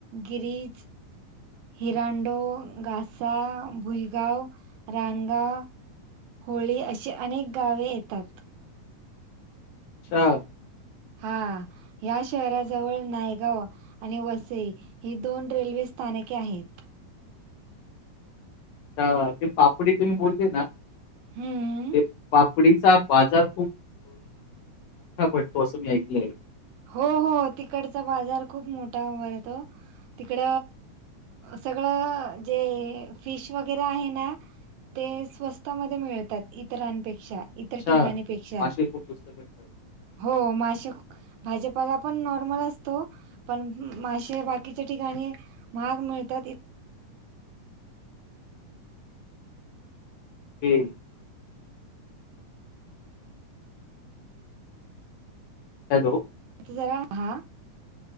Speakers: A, on the right; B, on the left.
A: गिरीज हिरांडो, घासा, भुलगाव, रानगाव होळी अशी अनेक गावे येतात.
B: अच्छा
A: हा या शहराजवळ नायगाव आणि वसई ही दोन रेल्वे स्थानके आहेत.
B: ते पापडी तुम्ही बोलते ना
A: हम्म
B: तेप कपडीचा बाजार खूप मोठा पडतो असं मी ऐकलंय
A: हो हो तिकडचा बाजार खूप मोठा वर य तो तिकड सगळं जे फिश वगैरे आहे ना, ते स्वस्त मध्ये मिळतात इतरांपेक्षा इतर
B: अच्छा,
A: ठिकाणीपेक्षा
B: मासे खूप स्वस्त भेटतात.
A: हो मासे भाजपाला पण नॉर्मल असतो. पण मासे बाकीच्या ठिकाणी महाग मिळतात.
B: हि हॅलो,
A: जरा हा,